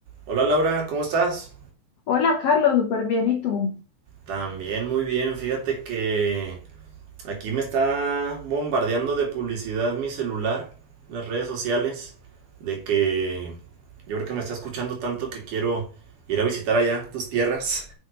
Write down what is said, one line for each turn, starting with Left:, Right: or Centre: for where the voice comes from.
Right: Hola Laura, ¿cómo estás?
Left: Hola Carlos, súper bien. ¿Y tú?
Right: También muy bien, fíjate que aquí me está bombardeando de publicidad mi celular, las redes sociales, de que yo creo que me está escuchando tanto que quiero ir a visitar allá tus tierras,